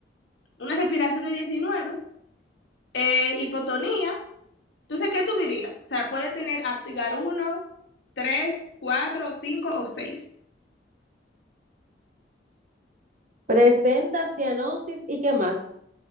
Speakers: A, on the left; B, on the right.
A: Una respiración de 19. eh, hipotonía. Entonces, ¿qué tú dirías? O sea, puede tener aptigar uno, tres, cuatro, cinco o seis.
B: Presenta cianosis y qué más.